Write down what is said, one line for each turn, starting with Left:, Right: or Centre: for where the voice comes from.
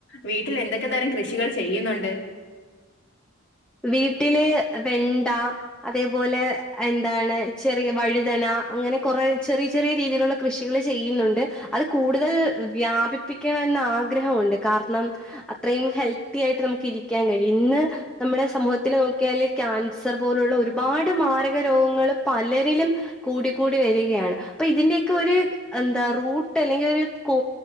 Left: വീട്ടിൽ എന്തൊക്കെ തരം കൃഷികൾ ചെയ്യുന്നുണ്ട്
Centre: വീട്ടില് വെണ്ട അതേപോലെ എന്താണ് ചെറിയ വഴുതന അങ്ങനെ കുറെ ചെറിയ ചെറിയ രീതിയിലുള്ള കൃഷികൾ ചെയ്യുന്നുണ്ട് അത് കൂടുതൽ വ്യാപിപ്പിക്കാ ൻ ആഗ്രഹമുണ്ട് കാരണം അത്രയും ഹെൽത്തി ആയിട്ട് നമുക്ക് ഇരിക്കാൻ കഴി ഇന്ന് നമ്മുടെ സമൂഹത്തില് നോക്കിയാല് ക്യാൻസർ പോലുള്ള ഒരുപാട് മാരകരോഗങ്ങൾ പ പലരിലും കൂടി കൂടി വരുകയാണ് അപ്പോ ഇതിൻ്റെ ഒക്കെ ഒരു എന്താ റൂട്ട് അല്ലെങ്കി ഒരു കൂ